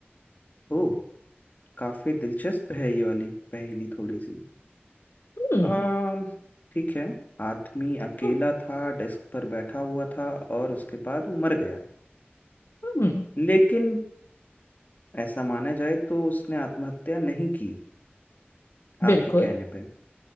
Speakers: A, on the left; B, on the left.
A: ओ काफी दिलचस्प है ये वाली पहेली थोड़ी सी
B: हम्म
A: अम ठीक है आदमी अकेला
B: हम्म
A: था डेस्क पर बैठा हुआ था और उसके बाद वो मर गया
B: हम्म,
A: लेकिन ऐसा माना जाए तो उसने आत्महत्या नहीं की आपके
B: बिल्कुल
A: कहने पे